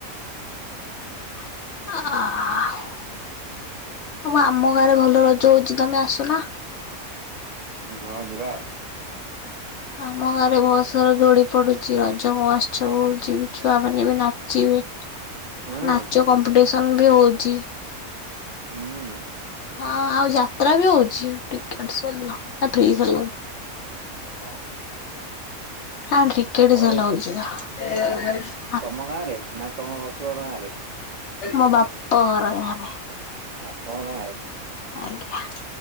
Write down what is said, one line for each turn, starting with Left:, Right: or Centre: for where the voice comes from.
Left: ଆଃ ମୋ ମାମୁଁ ଘରେ ଭଲ ରଜ ହଉଛି ତମେ ଆସୁନ?
Right: ହଁ ଯିବା ଆଉ।
Left: ଆମ ଗାଁରେ ବ ସାର ଦୋଳି ପଡୁଛି ରଜ ମହୋତ୍ସବ ହଉଛି ଛୁଆ ମାନେ ବି ନାଚିବେ।
Right: ହଁ
Left: ନାଚ କମ୍ପିଟିସନ ବି ହଉଛି।
Right: ହୁଁ।
Left: ହଁ ଆଉ ଯାତ୍ରା ବି ହଉଛି ଟିକେଟ ସେଲ ନା ଫ୍ରି ସେଲ
Right: ହଉ।
Left: ହଁ ଟିକେଟ
Right: ହଉ
Left: ସେଲ ହଉଛି ରହ।
Right: ତମ ଗାଁରେ ନା ତମ ଶାଶୁଘର ଗାଁରେ
Left: ମୋ ବାପଘର ଗାଁରେ
Right: ବାପଘର ଗାଁ ରେ
Left: ଆଜ୍ଞା।